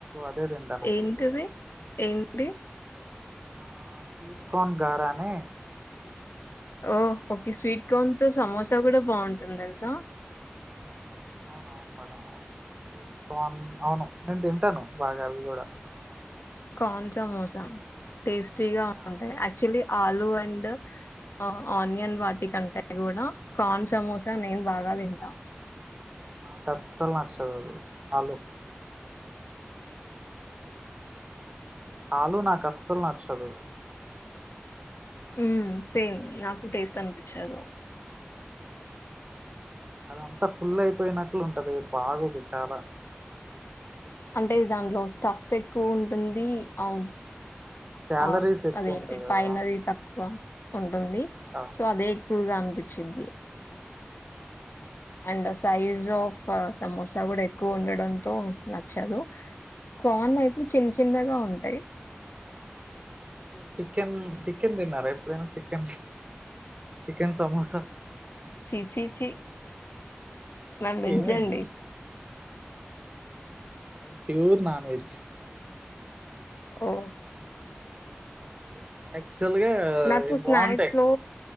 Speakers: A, on the right; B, on the left.
A: అదే తింటాను అక్కడికి
B: ఎంటది
A: వెళ్ళి
B: ఎంటి
A: ఆ స్వీట్ కాన్ గార ని
B: ఓ ఓకే స్వీట్ కాన్తో సమోసా కూడా బావుంటుంది తెలుసా
A: అవునవును మేడం స్వీట్ కార్న్ అవును నేను తింటాను బాగా అవి కూడా
B: కార్న్ సమోసా టేస్టీ గా
A: యా
B: ఉంటాయి యాక్చువల్లీ ఆలూ అండ్ ఆనియన్ వాటి కంటే కూడా కాన్ సమోసా నేను బాగా తింటా
A: నా కస్సలు నచ్చదు అది ఆలూ ఆలు నాకు అసలు నచ్చదు మేడం
B: ఉమ్ సేమ్ నాకు టేస్ట్ అనిపిచ్చదు
A: అదంతా ఫుల్ అయిపోయినట్లు ఉంటది బాగోదు చాలా
B: అంటే దాంట్లో స్టఫ్ ఎక్కువ ఉంటుంది అవున్
A: క్యాలరీస్
B: ఆ
A: ఎక్కువ
B: అదేంటి
A: ఉంటాయి కదా
B: పైనది తక్కువ ఉమ్ ఉంది
A: ఆ,
B: సో అదే
A: అవును
B: ఎక్కువగా అనిపి చ్చిద్ది
A: అవును
B: అండ్ సైజ్ ఆఫ్ సమోసా కూడా ఎక్కువ ఉండడంతో నచ్చదు కాన్ అయితే చిన్న చిన్నగా ఉంటాయి
A: చికెన్ చికెన్ తిన్నారా ఎప్పుడనా చికెన్ చికెన్ సమోస
B: ఛీ ఛీ ఛీ మ్యామ్ వెజ్జ్
A: ఏమైంది
B: అండి
A: నేన్ ప్యూర్ నాన్ వెజ్
B: ఓ
A: <unintelligible>
B: నాకు
A: ఇవి
B: స్నాక్స్
A: బాగుంటాయి
B: లో